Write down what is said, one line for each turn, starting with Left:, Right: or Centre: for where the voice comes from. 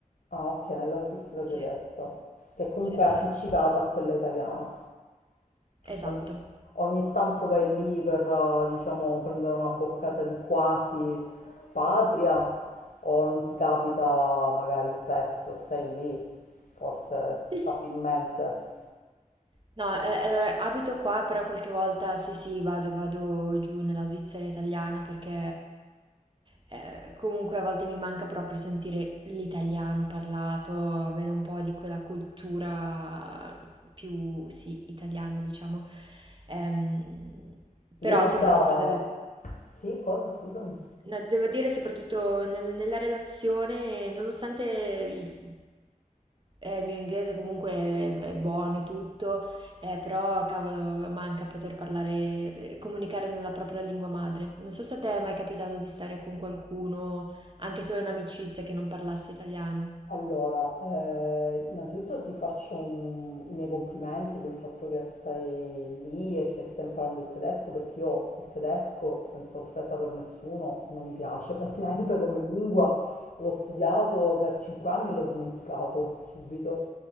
Left: Ah, ok, nella Svizzera
Right: Sì,
Left: tedesca, che comunque
Right: sì, sì.
Left: è appiccicata a quella italiana.
Right: Esatto.
Left: Ogni ogni tanto vai lì per, eh, diciamo, prendere una boccata di quasi patria o non ti capita magari spesso, stai lì, forse
Right: Sì,
Left: stabilmente.
Right: sì. No, eh, allora abito qua, però qualche volta sì, sì, vado, vado giù nella Svizzera italiana perché eh, comunque a volte mi manca proprio sentire l'italiano parlato, avere un po' di quella cultura più, sì, italiana, diciamo. Ehm, però
Left: Io guarda...
Right: soprattutto devo...
Left: Sì, cosa? Scusami.
Right: No, devo dire, soprattutto nel- nella relazione, nonostante i- eh, il mio inglese comunque è, è buono e tutto, eh, però cavolo, manca poter parlare, eh, comunicare nella propria lingua madre. Non so se a te è mai capitato di stare con qualcuno, anche solo in amicizia, che non parlasse italiano.
Left: Allora, eh, innanzitutto ti faccio un- i miei complimenti per il fatto che stai lì e che stai imparando il tedesco, perché io il tedesco, senza offesa per nessuno, non mi piace praticamente <laughs> come lingua. L'ho studiato per cinque anni e l'ho dimenticato subito.